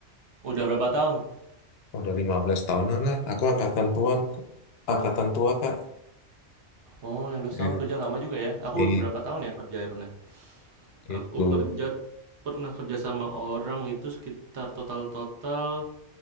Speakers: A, on the right (about 70°); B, on the left (about 65°).
A: Udah berapa tahun?
B: Udah 15 tahunan lah. Aku angkatan tua, angkatan tua Kak.
A: Oh, 15
B: I-
A: tahun kerja lama juga ya. Aku
B: Iya,
A: berapa tahun ya kerja ya pernah?
B: itu.
A: Aku kerja pernah kerja sama orang itu sekitar total-total